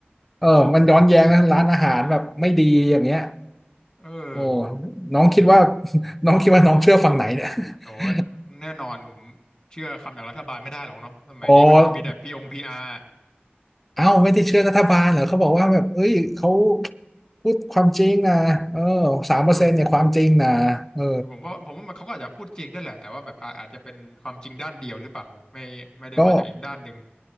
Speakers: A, in the centre; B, on the left.
A: เออมันย้อนแย้งนะร้านอาหารแบบไม่ดีอย่างเงี้ย
B: เออ
A: โอ้น้องคิดว่า <laughs> น้องคิดว่าน้องเชื่อฝั่งไหนเนี่ย <laughs>
B: โห แน่นอนผมเชื่อคำอย่างรัฐบาลไม่ได้หรอกเนาะสมัยนี้มันมีแต่พีองพีอาร์
A: โอ้ เอ้าไม่ได้เชื่อรัฐบาลเหรอเขาบอกว่าแบบเอ้ยเขาพูดความจริงนะเออสามเปอร์เซ็นต์เนี่ยความจริงนะเออ
B: อ่ามันคือผมว่าผมว่ามันเขาก็อาจจะพูดจริงได้แหละ แต่ว่าแบบอาอาจจะเป็นความจริงด้านเดียวหรือเปล่าแบบไม่ไม่ได้มาจากอีกด้านหนึ่ง
A: ก็